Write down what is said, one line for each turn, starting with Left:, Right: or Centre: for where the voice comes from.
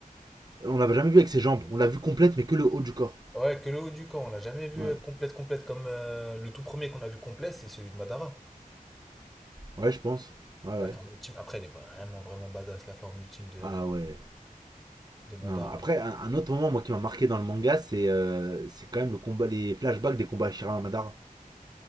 Right: on l'avait jamais vu avec ses jambes. On l'a vu complète mais que le haut du corps.
Centre: Ouais, que le haut du corps, on l'a jamais vu
Right: Ouais,
Centre: euh, complète, complète comme euh, le tout premier qu'on a vu complet, c'est celui de Madara.
Right: ouais, je pense. Ouais,
Centre: La
Right: ouais.
Centre: forme ultime. Après, elle est vraiment, vraiment badass, la forme ultime de,
Right: Ah ouais.
Centre: de Madara.
Right: Non, après, un, un autre moment moi qui m'a marqué dans le manga, c'est euh, c'est quand même le combat, les flashbacks des combats Shira Madara.